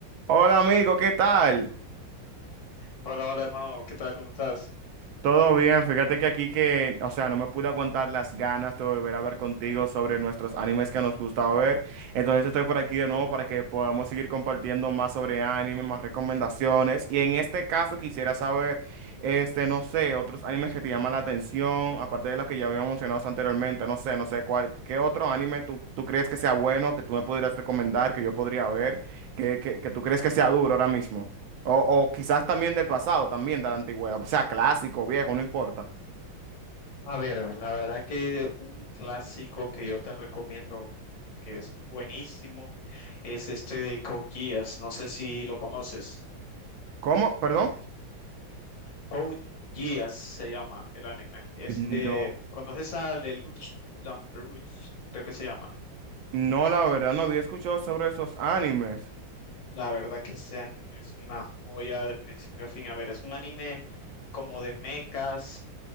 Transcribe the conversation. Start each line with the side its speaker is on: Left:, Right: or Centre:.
Right: Hola amigo, ¿qué tal?
Left: Hola, hola hermano, ¿qué tal? ¿Cómo estás?
Right: Todo bien, fíjate que aquí que, o sea, no me pude aguantar las ganas de volver a hablar contigo sobre nuestros animes que nos gusta ver. Entonces estoy por aquí de nuevo para que podamos seguir compartiendo más sobre anime, más recomendaciones. Y en este caso quisiera saber, este, no sé, otros animes que te llaman la atención, aparte de los que ya habíamos mencionado anteriormente, no sé, no sé cuál, ¿qué otro anime tú, tú crees que sea bueno, que tú me pudieras recomendar, que yo podría ver, que, que, que tú crees que sea duro ahora mismo? O, o quizás también del pasado, también de la antigüedad, o sea, clásico, viejo, no importa.
Left: A ver, la verdad que un clásico que yo te recomiendo ver, que es buenísimo, es este de Code Geass, no sé si lo conoces.
Right: ¿Cómo? Perdón.
Left: Code Geass se llama el anime, es
Right: No,
Left: de, ¿conoces a Lelouch Lamperouche? Creo que se llama.
Right: no, la verdad no había escuchado sobre esos animes.
Left: La verdad que ese anime es una joya de principio a fin. A ver, es un anime como de mechas,